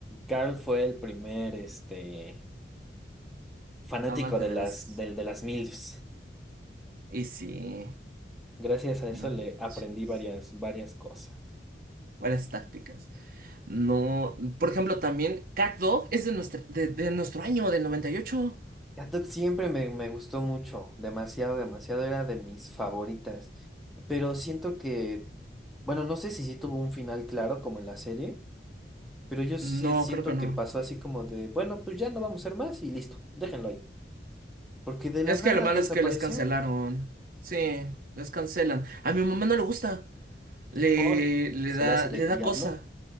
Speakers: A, in the centre; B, on the right (about 55°).
A: Carl fue el primer este, fanático
B: Amante
A: de
B: de
A: las,
B: las...
A: del de las MILFs.
B: Y sí,
A: Gracias a eso
B: no
A: le
B: manches.
A: aprendí varias, varias cosas.
B: Varias tácticas. No, por ejemplo, también Cat Dog es de, nuestra, de, de nuestro año, del 98.
A: Cat siempre me, me gustó mucho, demasiado, demasiado, era de mis favoritas. Pero siento que, bueno, no sé si sí tuvo un final claro como en la serie. Pero yo sí
B: No,
A: siento
B: creo que no.
A: que pasó así como de, bueno, pues ya no vamos a ser más y listo, déjenlo ahí. Porque de la
B: Es
A: nada
B: que lo malo
A: desapareció
B: es que les cancelaron. Sí, les cancelan. A mi mamá no le gusta. Le,
A: por
B: le
A: se
B: da,
A: le hace del
B: le da
A: diablo.
B: cosa.